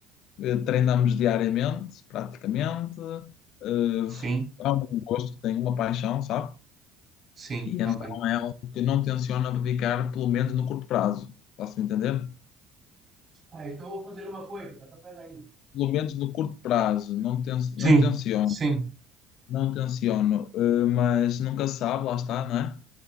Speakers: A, on the left; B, on the right.
A: Eh, Treinamos diariamente, praticamente. Eh,
B: Sim,
A: É um gosto que tenho, uma paixão, sabe?
B: sim,
A: E
B: ok.
A: então é algo que não tenciono dedicar, pelo menos no curto prazo. Posso-me entender?
B: Ah, Então vou fazer uma coisa. espera aí.
A: Pelo menos no curto prazo, não, ten
B: Sim,
A: não tenciono.
B: sim.
A: Não tenciono, eh, mas nunca se sabe, lá está, não é?